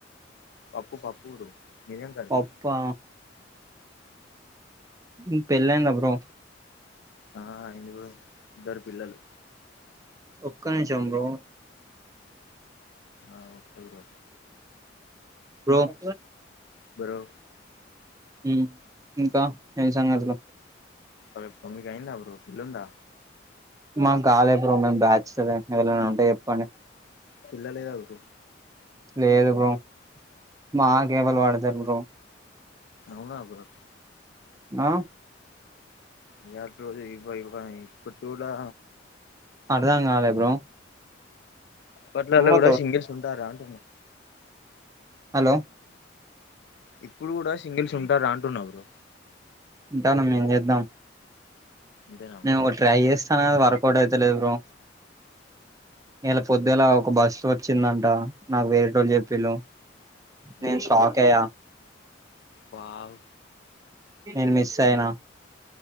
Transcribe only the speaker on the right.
పప్పా మీక్ పెళ్లి అయిందా బ్రో
ఒక్క నిమిషం బ్రో
రోమ్.
ఉమ్ ఇంకా ఏం సంగతులు.
మేము కాళే బ్రో మేము బ్యాచ్లర్ము ఎవరైనా ఉంటే చెప్పండి.
లేదు బ్రో మాకేవళు పెడుతారు బ్రో
నా.
అర్థం కాలే బ్రో.
అమ్మతో
హలో.
ఉంటాను ఏం చేద్దాం.
నేను
ఒకటి ట్రై చేస్తాను వర్కౌట్ అయితలేదు బ్రో ఎలా. పొద్దులా ఒక బస్సు వచ్చిందంట నాకు వేరేటోళ్ళు చెప్పింలు నేను
షాక్. చేయ.
నేను మిస్ అయినా.